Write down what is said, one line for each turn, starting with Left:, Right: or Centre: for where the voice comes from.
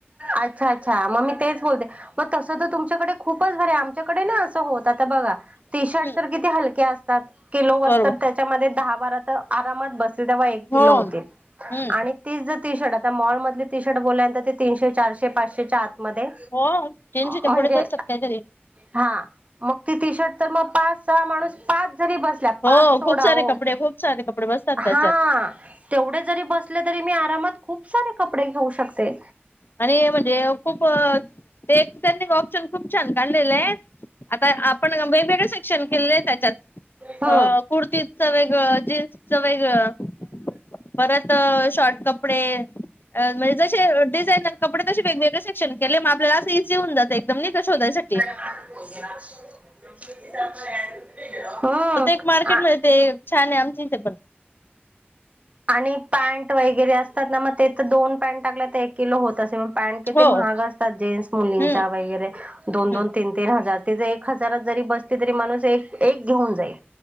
Right: अच्छा अच्छा मग मी तेच बोलते मग तसं त तुम आमच्याकडे खूपच भारी आमच्याकडे ना असं होत आता बघा टी
Left: हम्म
Right: शर्ट तर किती हलके असतात किलोवर
Left: बरोबर
Right: तर त्याच्यामध्ये दहा बारा तर आरामात बसतील तेव्हा एक किलो
Left: हो
Right: होतील
Left: हम्म
Right: आणि तीच जर टी शर्ट आता मॉलमधली टी शर्ट बोल्यानंतर ते तीनशे चारशे पाचशेच्या आतमध्ये
Left: हो तीनशेच्या
Right: म्हणजे
Left: पुढेच असतात काहीतरी
Right: हा मग ती टी शर्ट तर मग पाच सहा माणूस पाच जरी बस -- ते पाच
Left: हो
Right: सोडाओ,
Left: खूप सारे कपडे खूप सारे कपडे बसतात
Right: हा...
Left: त्याच्यात
Right: तेवढे जरी बसले तरी मी आरामात खूप सारे कपडे घेऊ शकते
Left: आणि म्हणजे खूपं अ ते ट्रेंडिंग ऑप्शन खूप छान काढलेलंय आताय आपण कंपनीचे कशे सेक्शन केलेलेय त्याच्यात
Right: हम्म
Left: अ कुर्तीचं वेगळं जीन्सच वेगळं परतं शॉर्ट कपडे अ म्हणजे जशी ये डिझाईन तर कपडे कशे वेगवेगळे सेक्शन केलेय मग आपल्याला असं इझी होऊ जात एकदम नई का शोधायसाठी
Right: <unintelligible> <unintelligible> हम्म
Left: त ते एक मार्केटमध्ये ते छानं आमच्या इथ पण
Right: आणि पॅन्ट वगैरे असतात ना मग ते तर दोन पॅन्ट टाकले तर एक किलो होत असे मग पॅन्ट किेती
Left: हो
Right: महाग असतात जिन्स मुलींच्या
Left: हम्म
Right: वगैरे दोन दोन
Left: हम्म
Right: तीन तीन हजार ते ज एक हजारात जरी बसली तरी माणूस एक एक घेऊन जाईल